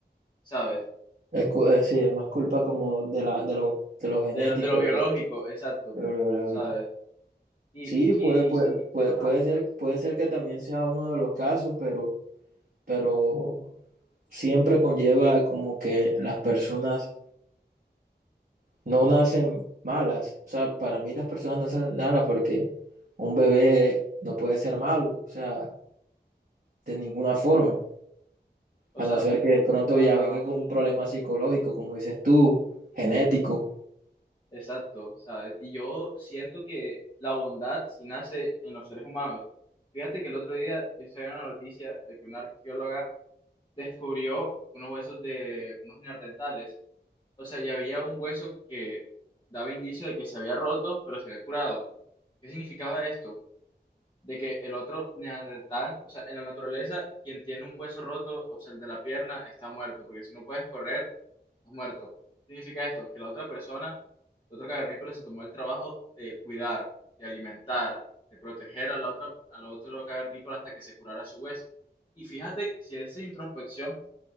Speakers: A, on the left; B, on the right.
A: ¿sabes?
B: Es, sí, es más culpa como de, la, de, lo, de lo genético,
A: De lo, de lo biológico,
B: de lo,
A: exacto,
B: de lo, de lo
A: ¿sabes?
B: de
A: Y,
B: Sí,
A: y,
B: puede, puede, puede,
A: ajá,
B: puede ser, puede ser que también sea uno de los casos, pero, pero siempre conlleva como que las personas no nacen malas. O sea, para mí las personas nacen malas porque un bebé no puede ser malo, o sea, de ninguna forma,
A: o
B: a
A: sea,
B: no ser que de pronto
A: ajá,
B: ya venga con un problema psicológico, como dices tú, genético.
A: exacto, ¿sabes? Y yo siento que la bondad sí nace en los seres humanos. Fíjate que el otro día yo estaba en una noticia de que una arqueóloga descubrió unos huesos de unos neandertales. O sea, ya había un hueso que daba indicio de que se había roto, pero se había curado. ¿Qué significaba esto? De que el otro neandertal, o sea, en la naturaleza, quien tiene un hueso roto, o sea, el de la pierna, está muerto, porque si no puedes correr, estás muerto. ¿Qué significa esto? Que la otra persona, el otro cavernícola, se tomó el trabajo de cuidar, de alimentar, de proteger a la otra, al otro cavernícola hasta que se curara su hueso. Y fíjate que si haces introspección,